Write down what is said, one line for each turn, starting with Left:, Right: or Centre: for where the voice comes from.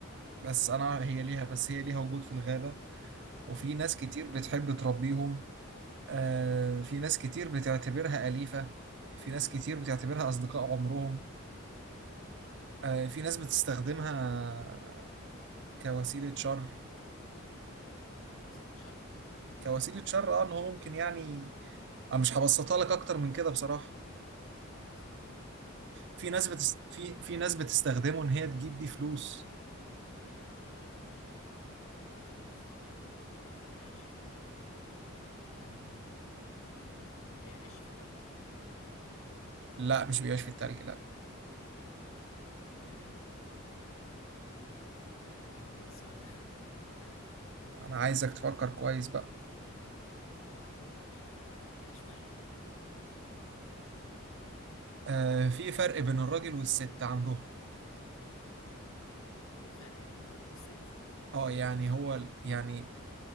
Right: بس أنا هي
Left: حلو
Right: ليها بس هي ليها وجود في الغابة وفي ناس
Left: امم
Right: كتير بتحب تربيهم آه، في ناس كتير بتعتبرها أليفة في ناس كتير بتعتبرها أصدقاء عمرهم آه، في ناس
Left: امم
Right: بتستخدمها كوسيلة شر
Left: كوسيله شر
Right: كوسيلة شر اه ان هو ممكن يعني أنا مش هبسطها لك اكتر من كده بصراحة
Left: <laughs>
Right: في ناس
Left: فشلت
Right: بتس...
Left: مخطط
Right: في في ناس بتستخدمه ان هي تجيب بيه فلوس
Left: تجيب بيه فلوس ماشي طيب آه... ما بيعيش في التلج صح؟
Right: لا مش بيعيش في التلج لا
Left: امم يا نهار ابيض ايه السؤال ده <laughs>
Right: انا
Left: طيب
Right: عايزك
Left: اه
Right: تفكر كويس بقى
Left: آه، ما هتحاول كده تقرب لي كده شوية
Right: آه، في فرق بين الراجل والست عندهم
Left: في فرق بين الراجل والست
Right: اه يعني هو ال- يعني